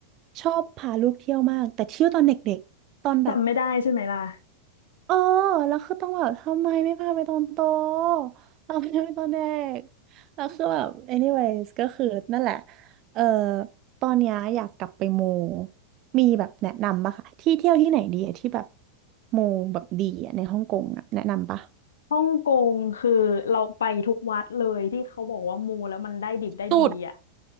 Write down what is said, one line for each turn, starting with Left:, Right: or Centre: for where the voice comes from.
Right: ชอบพาลูกเที่ยวมากแต่เที่ยวตอนเด็กๆตอนแบบ
Left: จำไม่ได้ใช่ไหมล่ะ
Right: เออแล้วคือต้องแบบทำไมไม่พาไปตอนโตพาไปไปตอนเด็กแล้วคือแบบ anyways ก็คือนั่นแหละ เออ ตอนเนี้ยอยากกลับไปมูมีแบบแนะนำปะคะ ที่เที่ยวที่ไหนดีอะที่แบบมูแบบดีอะในฮ่องกงอะแนะนำปะ
Left: ฮ่องกงคือเราไปทุกวัดเลยที่เขาบอกว่ามูแล้วมันได้ดิบได้ดีอ่ะ
Right: สุด